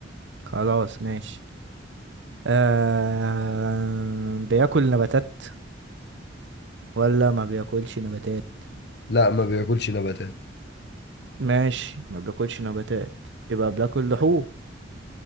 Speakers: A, on the right; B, on the left.
A: خلاص ماشي آه بياكل نباتات ولا ما بياكلش نباتات
B: لا ما بياكلش نباتات
A: ماشي ما بياكلش نباتات يبقى بياكل لحوم